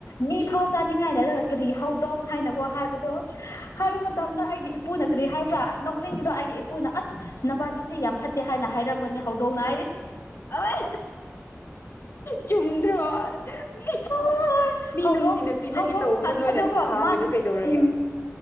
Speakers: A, on the left; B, on the left.
A: ꯃꯤ ꯐꯥꯎ ꯆꯥꯅꯤꯡꯉꯥꯏꯅꯔꯒ ꯀꯔꯤ ꯍꯧꯗꯣꯡ ꯍꯥꯏꯅꯀꯣ ꯍꯥꯏꯕꯗꯣ ꯇꯧꯝꯅꯣ ꯑꯩꯒꯤ ꯏꯄꯨꯅ ꯀꯔꯤ ꯍꯥꯏꯕ꯭ꯔꯥ ꯅꯣꯛꯅꯤꯡꯕꯗꯣ ꯑꯩꯒꯤ ꯏꯄꯨꯅ ꯑꯁ ꯅꯕꯥꯅꯤꯁꯦ ꯌꯥꯝꯅ ꯐꯠꯇꯦ ꯍꯥꯏꯅ ꯍꯥꯏꯔꯝꯒꯅꯤ ꯍ ꯍꯧꯗꯧꯅ
B: ꯑꯋꯥ ꯆꯨꯝꯨꯝꯗ꯭ꯔꯣ ꯃꯤ
A: ꯍꯣꯏ ꯍꯧꯗꯣꯡ
B: ꯅꯨꯡꯁꯤꯅ ꯄꯤꯖꯒꯦ
A: ꯍꯧꯗꯣꯡ
B: ꯇꯧꯕꯗꯣ ꯅꯣꯏꯅ
A: ꯑꯗꯨꯒꯣ
B: ꯈꯥꯝꯃꯤꯗꯣ
A: ꯃꯥꯅ
B: ꯀꯩꯗꯧꯔꯒꯦ
A: ꯎꯝ